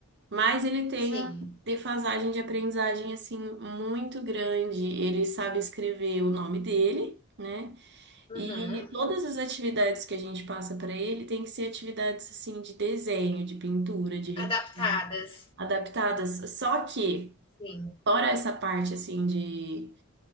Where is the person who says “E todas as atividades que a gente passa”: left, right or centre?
Right